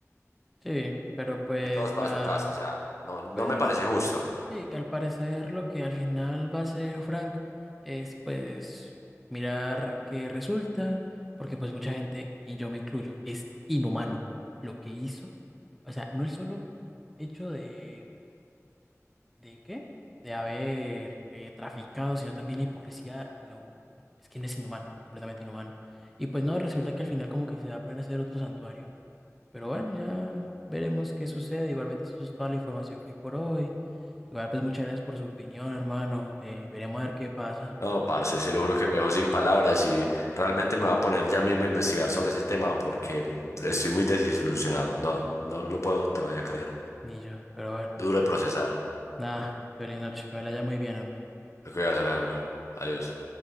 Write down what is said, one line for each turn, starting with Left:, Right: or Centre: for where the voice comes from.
Centre: Sí, pero pues
Left: y todos para
Centre: nada,
Left: su casa, o sea, no, no
Centre: pues
Left: me parece justo.
Centre: sí, al parecer lo que al final va a hacer Frank es pues mirar qué resulta, porque pues mucha gente, y yo me incluyo, es inhumano lo que hizo. O sea, no el solo hecho de ¿De qué? De haber eh, traficado, sino también la hipocresía y lo... Es que no es inhumano, completamente inhumano. Y pues no, resulta que al final como que se va a poner a hacer otro santuario. Pero bueno, ya veremos qué sucede. Igualmente eso es toda la información que hay por hoy. Igual pues muchas gracias por su opinión, hermano. Eh, veremos a ver qué pasa.
Left: No,
Centre: Entonces,
Left: parce, se
Centre: nada,
Left: lo juro que me dejó sin palabras y realmente me va a poner ya mismo a investigar sobre ese tema porque estoy muy desilusionado. No, no lo puedo todavía creer.
Centre: ni yo. Pero bueno,
Left: Duro de procesar.
Centre: nada, feliz noche. Que me la haya muy bien, hombre.
Left: Te cuidas, Alejandro. Adiós.